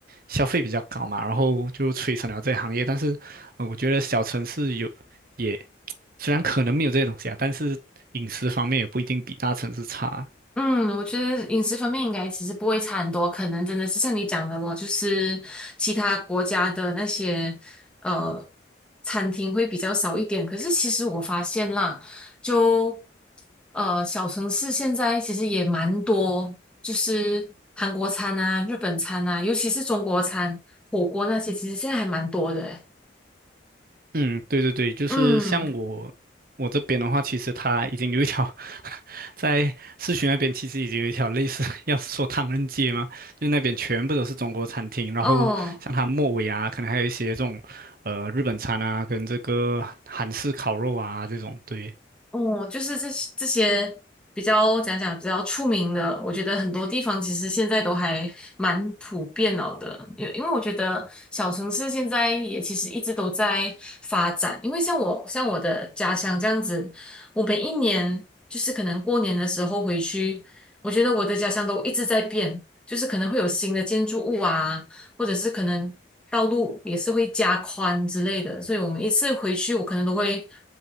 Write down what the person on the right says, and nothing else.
消费比较高嘛，然后就催生了这个行业。但是，呃，我觉得小城市有也虽然可能没有这些东西啊，但是饮食方面也不一定比大城市差。
嗯，对对对，就是像我我这边的话，
其实它已经有一条 <laughs> 在市区那边其实已经有一条类似 <laughs> 要说唐人街嘛，<laughs> 就那边全部都是中国餐厅，然后像它末尾啊，
可能还有一些这种呃日本餐啊，跟这个韩式烤肉啊这种。对，